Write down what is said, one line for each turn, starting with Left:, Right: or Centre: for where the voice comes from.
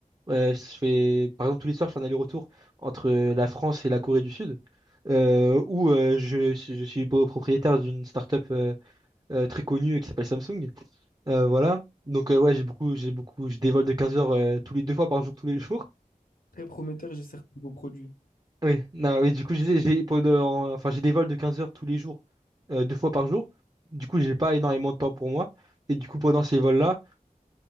Right: Ouais, je fais, par exemple, tous les soirs, je fais un aller-retour entre euh, la France et la Corée du Sud, euh, où euh, je, suis- je suis pro- propriétaire d'une start-up euh, euh, très connue euh, qui s'appelle Samsung. Euh, voilà. Donc, euh, ouais, j'ai beaucoup, j'ai beaucoup, je dévole de 15 heures euh, tous les deux fois par jour, tous les jours.
Left: Très prometteur, j'ai certains de vos produits.
Right: Oui, <laughs> non, oui, du coup, je disais, j'ai pendant- enfin, j'ai des vols de 15 heures tous les jours, euh, deux fois par jour. Du coup, j'ai pas énormément de temps pour moi. Et du coup, pendant ces vols-là,